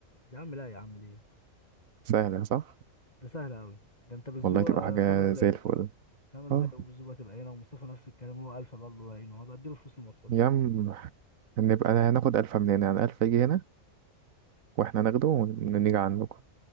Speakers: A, on the left; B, on the right.
A: يا عم لا يا عم ليه
B: سهلة صح
A: ده سهل قوي ده انت بالزوبه
B: والله تبقى حاجة
A: خمس دقايق
B: زي الفل
A: خمس
B: اه
A: دقايق والزوبه تبقى هنا ومصطفى نفس الكلام هو الف بقى الله يعينه هبقى اديله فلوس المواصلات
B: يا
A: يعني
B: عم نبقى هناخد ألفة من هنا يعني ألف يجي هنا واحنا ناخده ونيجي عندكم